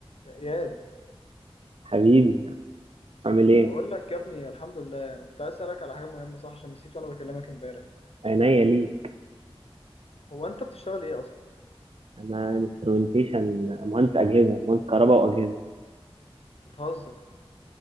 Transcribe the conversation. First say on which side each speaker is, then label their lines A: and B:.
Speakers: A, on the left; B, on the right.
A: يا اياد
B: حبيبي عامل ايه؟
A: بقول لك يا ابني الحمد لله انا كنت عايز اسالك على حاجه مهمه صح عشان نسيت وانا بكلمك امبارح
B: عينيا ليك
A: هو انت بتشتغل ايه اصلا
B: انا انسترومنتيشن مهندس اجهزه مهندس كهرباء واجهزه
A: بتهزر